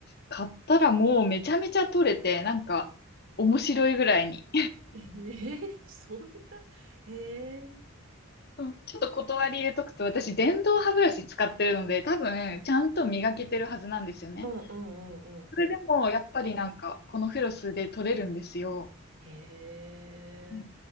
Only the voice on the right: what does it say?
<laughs> ええ、そんな、へえ、
うん、うん、うん、うん。
へえ、